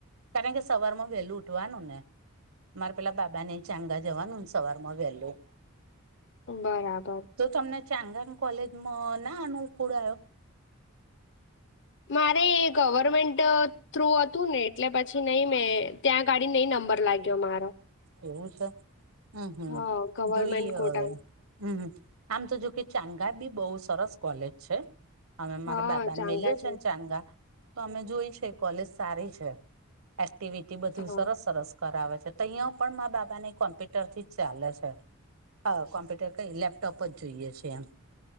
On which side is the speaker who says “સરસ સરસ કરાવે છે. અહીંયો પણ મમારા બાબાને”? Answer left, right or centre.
Right